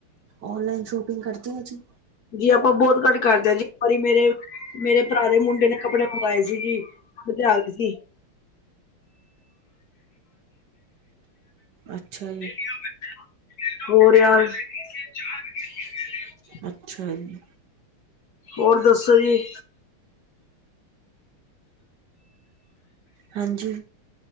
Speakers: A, on the right; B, on the left.
A: ਔਨਲਾਈਨ ਸ਼ੋਪਿੰਗ ਕਰਦੇ ਹੋ ਜੀ?
B: ਜੀ, ਆਪਾਂ ਬਹੁਤ ਘੱਟ ਕਰਦੇ ਹਾਂ ਜੀ, ਇੱਕ ਵਾਰੀ ਮੇਰੇ, ਮੇਰੇ ਭਰਾ ਦੇ ਮੁੰਡੇ ਨੇ ਕੱਪੜੇ ਮੰਗਏ ਸੀ, ਜੀ। ਖੱਧਰਾ ਆ ਸੀ। <unintelligible>
A: ਅੱਛਾ ਜੀ।
B: ਹੋ। <unintelligible> ਹੋਰ ਯਾਰ। <unintelligible>
A: ਅੱਛਾ ਜੀ।
B: ਔਰ ਦੱਸੋ ਜੀ।
A: ਹਾਂਜੀ!